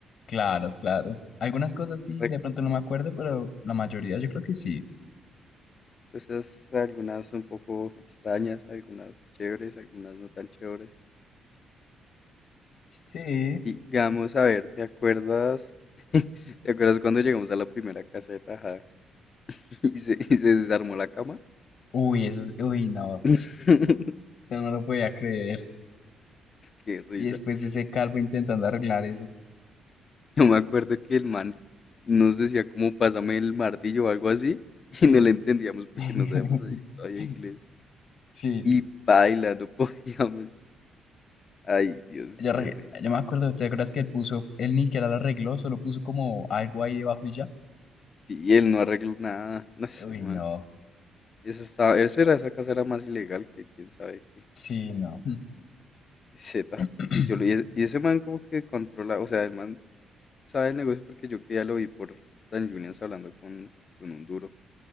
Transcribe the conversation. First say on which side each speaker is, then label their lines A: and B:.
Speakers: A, on the left; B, on the left.
A: claro, claro. Algunas cosas sí,
B: Re-
A: de pronto no me acuerdo, pero la mayoría yo creo que sí.
B: Cosas, algunas un poco extrañas, algunas chéveres, algunas no tan chéveres.
A: Sí,
B: Digamos, a ver, ¿te acuerdas? <laughs> ¿Te acuerdas cuando llegamos a la primera casa de Tajada <laughs> y se, y se desarmó la cama?
A: Uy, eso es... Uy, no.
B: <laughs>
A: Yo no lo podía creer.
B: Qué risa.
A: Y después ese calvo intentando arreglar eso.
B: <laughs> Yo me acuerdo que el man nos decía como pásame el martillo o algo así <laughs>
A: sí.
B: y no le entendíamos porque
A: <laughs>
B: no sabemos ahí todavía inglés.
A: Sí,
B: Y baila, no <laughs> podíamos. Ay, Dios,
A: Yo, re-
B: qué rico.
A: yo me acuerdo, ¿te acuerdas que él puso... Él ni siquiera lo arregló, solo puso como algo ahí debajo y ya?
B: Sí, él no arregló nada. <laughs> No sé,
A: uy,
B: man.
A: no.
B: Eso estaba, eso era, esa casa era más ilegal que quién sabe qué.
A: Sí, no.
B: Z.
A: <clears throat>
B: Y yo lo- y, es- y ese man como que controla, o sea, el man sabe el negocio porque yo que ya lo vi por Dan Julians hablando con, con un duro,